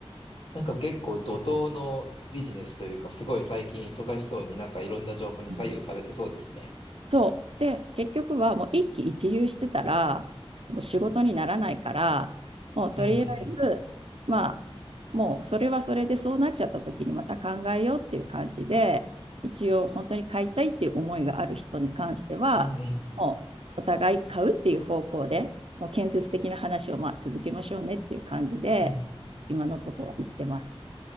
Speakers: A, on the left; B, on the right.
A: なんか結構怒涛のビジネスというか、すごい最近忙しそうになんかいろんな情報に左右されてそうですね。
B: うんそう。で、結局はもう一喜一憂してたら、もう仕事にならないから、もうとりあえず、
A: うんうん。
B: まあ、もうそれはそれでそうなっちゃった時にまた考えようっていう感じで、一応本当に買いたいっていう思いがある人に関しては、
A: うんうん。
B: もうお互い買うっていう方向で、もう建設的な話をまあ続けましょうねっていう感じで、
A: うん
B: 今のところは言ってます。